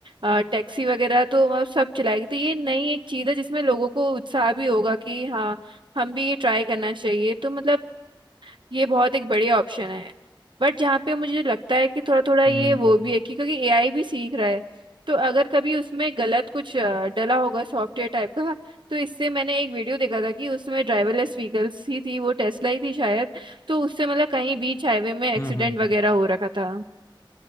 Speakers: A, on the right (about 65°); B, on the left (about 35°).
A: टैक्सी वगैरह तो अब सब चलाएगी तो ये नई एक चीज़ है जिसमें लोगों को उत्साह भी होगा कि हाँ हम भी ये ट्राई करना चाहिए तो मतलब ये बहुत एक बढ़िया ऑप्शन है बट जहाँ पे मुझे लगता है कि थोड़ा थोड़ा ये
B: हम्म
A: वो भी है कि क्योंकि एआई भी सीख रहा है तो अगर कभी उसमें गलत कुछ अ, डला होगा सॉफ्टवेयर टाइप का तो इससे मैंने एक वीडियो देखा था कि उसमें ड्राइवरलेस व्हीकल्स ही थी वो टेस्ला ही थी शायद तो उससे मतलब कहीं बीच हाईवे में एक्सीडेंट
B: हम्म हम्म हम्म,
A: वगैरह
B: हम्म,
A: हो रखा था